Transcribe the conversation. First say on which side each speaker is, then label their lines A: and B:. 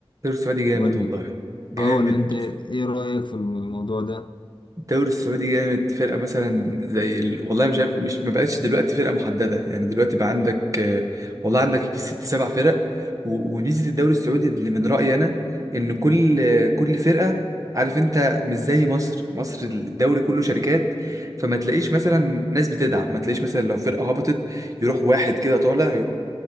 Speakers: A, on the right; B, on the left.
A: السعودي جامد
B: ولا
A: والله جامد
B: اه ولا انت ايه رأيك في الموضوع ده؟
A: الدوري السعودي جامد فرقة مثلا زي ال... والله مش عارف مش ما بقتش دلوقتي فرقة محددة يعني دلوقتي بقى عندك آه، والله عندك يجي ست سبع فرق و- وميزة الدوري السعودي اللي من رأيي أنا إن كل آه، كل فرقة عارف أنت مش زي مصر مصر الدوري كله شركات فما تلاقيش مثلا ناس بتدعم ما تلاقيش مثلا لو فرقة هبطت يروح واحد كده طالع